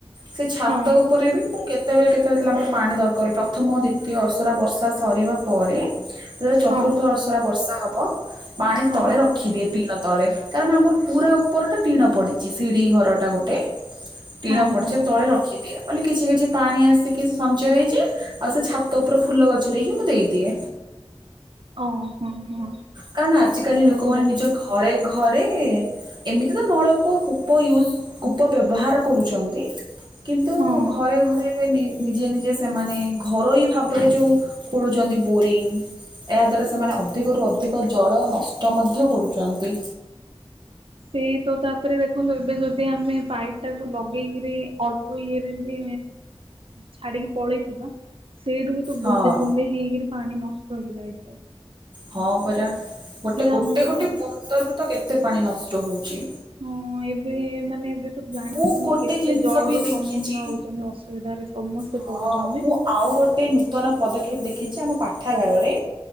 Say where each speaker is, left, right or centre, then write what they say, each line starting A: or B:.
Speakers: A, on the right; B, on the right.
A: ସେ ଛାତ
B: ହଁ
A: ଉପରେ ବି ମୁଁ କେତେବେଳେ କେତେବେଳେ ଥିଲା ଆମର ପାଣି ଦରକାର ହୁଏ ପ୍ରଥମ ଦ୍ୱିତୀୟ ଅସରା ବର୍ଷା ସରିବା ପରେ ଯେତେବେଳେ ଚତୁର୍ଥ
B: ହଁ
A: ଅସରା ବର୍ଷା ହବ ପାଣି
B: ହଁ।
A: ତଳେ ରଖିଦିଏ ଟିଣ ତଳେ। କାରଣ ଆମର ପୁରା ଉପରଟା ଟିଣ ପଡ଼ିଚି ସିଡ଼ି ଘରଟା ଗୋଟେ। ଟିଣ
B: ହଁ
A: ପଡ଼ିଛି
B: ହଁ
A: ତଳେ
B: ହଁ
A: ରଖିଦିଏ ବୋଲି କିଛି କିଛି ପାଣି ଆସିକି ସଞ୍ଚୟ ହେଇଯାଏ। ଆଉ ସେ ଛାତ ଉପର ଫୁଲ ଗଛରେ ହିଁ ମୁଁ ଦେଇଦିଏ।
B: ଓ ହଁ ହଁ
A: କାରଣ ଆଜିକାଲି ଲୋକମାନେ
B: ଭଲ କଥା
A: ନିଜ ଘରେ ଘରେ କି ତ ନଳକୂଅ କୂପ ୟୁଜ୍ କୂପ ବ୍ୟବହାର କରୁଛନ୍ତି। କିନ୍ତୁ
B: ହଁ।
A: ଘରେ ଘରେ ଏବେ ନେ ନିଜେ ନିଜେ ସେମାନେ ଘରୋଇ ଭାବରେ ଯୋଉ ଖୋଳୁଛନ୍ତି ବୋରିଙ୍ଗ ଏହାଦ୍ୱାରା ସେମାନେ ଅଧିକରୁ ଅଧିକ ଜଳ ନଷ୍ଟ ମଧ୍ୟ କରୁଛନ୍ତି।
B: ସେଇ ତ ତାପରେ ଦେଖନ୍ତୁ ଏବେ ଯଦି ଆମେ ପାଇପ୍ ଟାକୁ ଲଗେଇକିରି ଅଳ୍ପ ଇଏରେ ବି ଛାଡିକି ପଳେଇଥିବା ସେଇଠୁ କୁ ତ
A: ହଁ
B: ବୁନ୍ଦେ ବୁନ୍ଦେ ହେଇକିରି ପାଣି ନଷ୍ଟ ହେଇ ଯାଇଥାଉଛି।
A: ହଁ ପରା ଗୋଟେ ଗୋଟେ
B: ଆମର
A: ଗୋଟେ ବୁନ୍ଦରୁ ତ କେତେ ପାଣି ନଷ୍ଟ ହଉଛି।
B: ହଁ ଏବେ ମାନେ ଏବେ ତ ଜାଣିଛନ୍ତି
A: ମୁଁ ଗୋଟେ
B: କେତେ
A: ଜିନିଷ
B: ଜଳ
A: ବି
B: ର
A: ଦେଖିଛି
B: ସମ୍ମୁଖୀନ ହଉଛନ୍ତି ଅସୁବିଧାରେ ସମସ୍ତେ
A: ହଁ
B: ପଡୁଛନ୍ତି।
A: ମୁଁ ଆଉ ଗୋଟେ ନୂତନ ପଦକ୍ଷେପ ଦେଖିଛି ଆମ ପାଠାଗାରରେ।